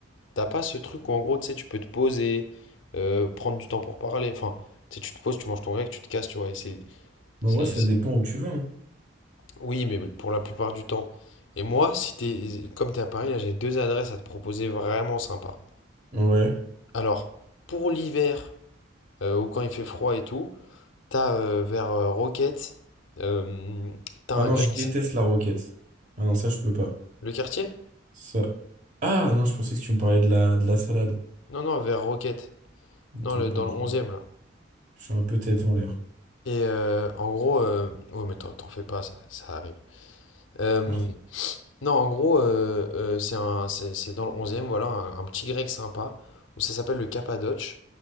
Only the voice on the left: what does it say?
t'as pas ce truc où en gros, tu sais, tu peux te poser, euh, prendre du temps pour parler, enfin, tu sais, tu te poses, tu manges ton grec, tu te casses, tu vois, et c'est...
c'est-
c'est-
Oui, mais pour la plupart du temps. Et moi, si t'es, comme t'es à Paris, là, j'ai deux adresses à te proposer vraiment sympas.
Alors, pour l'hiver, euh, ou quand il fait froid et tout, t'as euh, vers euh, Roquette, euh, t'as
un
grec.
Le quartier?
Non, non, vers Roquette.
Non, le,
dans le onzième là.
Et euh, en gros, euh, ouais, mais t'en t'en fais pas, ça, ça arrive. Euh,
Non, en gros, euh, euh, c'est un, c'est, c'est dans le 11 voilà, un, un petit grec sympa, où ça s'appelle le Cappadoce.